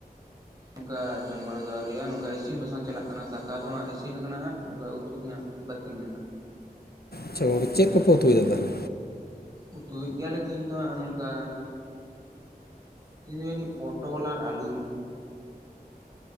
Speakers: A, on the right (about 25°); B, on the left (about 80°).
A: ᱱᱚᱝᱠᱟ ᱡᱚᱢ ᱵᱟᱲᱟ ᱫᱚ ᱟᱹᱨᱤᱭᱟᱜ-ᱟ ᱱᱚᱝᱠᱟ ᱤᱥᱤᱱ ᱵᱟᱥᱟᱝ ᱪᱟᱞᱟᱜ ᱠᱟᱱᱟ ᱫᱟᱠᱟ ᱫᱚᱦᱟᱸᱜ ᱤᱥᱤᱱ ᱠᱟᱱᱟ ᱦᱟᱸᱜ ᱱᱚᱝᱠᱟ ᱩᱛᱩ ᱜᱮᱦᱟᱸᱜ ᱵᱟᱹᱠᱤ ᱢᱮᱱᱟᱜᱼᱟ
B: ᱟᱪᱪᱷᱟ ᱜᱚᱢᱠᱮ ᱪᱮᱫ ᱠᱚᱯᱮ ᱩᱛᱩᱭᱫᱟ ᱛᱟᱦᱚᱞᱮ
A: ᱩᱛᱩᱭᱮᱫ ᱜᱮᱭᱟᱞᱮ ᱛᱤᱦᱤᱧ ᱫᱚ ᱦᱟᱜ ᱱᱚᱝᱠᱟ ᱛᱤᱦᱤᱧ ᱫᱚ ᱡᱟᱹᱱᱤᱡ ᱯᱚᱴᱚᱞ ᱟᱨ ᱟᱞᱩᱢ